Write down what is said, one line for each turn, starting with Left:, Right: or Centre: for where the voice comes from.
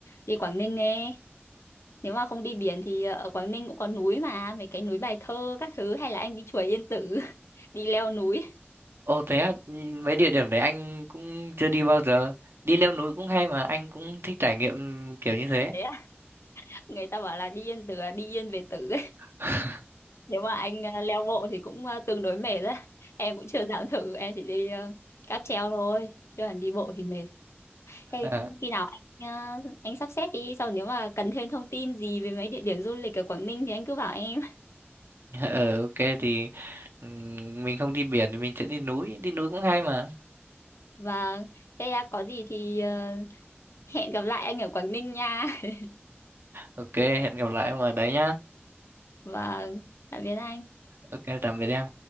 Left: đi Quảng Ninh nghe. Nếu mà không đi biển thì ờ, ở Quảng Ninh cũng có núi mà, mấy cái núi Bài Thơ các thứ hay là anh đi chùa Yên Tử, <laughs> đi leo núi.
Right: Ồ thế à, ừ, mấy địa điểm đấy anh cũng chưa đi bao giờ. Đi leo núi cũng hay mà anh cũng thích trải nghiệm kiểu như thế.
Left: Thế á, người ta bảo là đi Yên Tử là đi yên về Tử.
Right: <laughs>
Left: nếu mà anh ờ, leo bộ thì cũng ờ, tương đối mệt đấy <laughs> em cũng chưa dám thử em chỉ đi ờ, cáp treo thôi chứ còn đi bộ thì mệt thế
Right: À,
Left: khi khi nào anh ờ, anh sắp xếp đi sau nếu mà cần thêm thông tin gì về mấy địa điểm du lịch ở Quảng Ninh thì anh cứ bảo em
Right: ờ ok thì ừm, mình không đi biển thì mình sẽ đi núi, đi núi cũng hay mà.
Left: <laughs> và thế ờ, có gì thì ờ, hẹn gặp lại anh ở Quảng Ninh nha <laughs>
Right: Ok, hẹn gặp lại mà đấy nhá.
Left: và tạm biệt anh
Right: Ok, tạm biệt em.